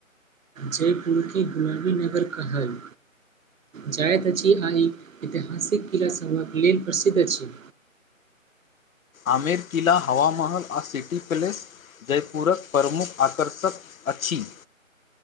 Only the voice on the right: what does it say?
जयपुर के गुलाबी नगर कहल। जायत अछि, आ ई ऐतिहासिक किलासभक लेल प्रसिद्ध अछि।